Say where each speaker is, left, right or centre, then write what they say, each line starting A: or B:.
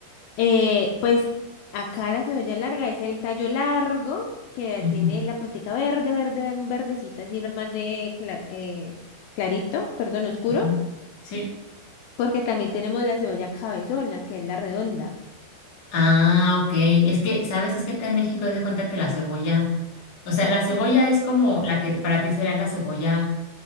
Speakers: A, on the left; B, on the left.
A: Eh, pues acá la cebolla larga es el tallo largo que
B: Ujú,
A: tiene la puntica verde, verde, ven- verdecita, así lo más de cla- eh, clarito, perdón, oscuro.
B: ujú. Sí.
A: Porque también tenemos la cebolla cabezona, que es la redonda.
B: Ah, ok. Es que, ¿sabes? Es que acá en México te de cuenta que la cebolla, o sea, la cebolla es como la que para ti será la cebolla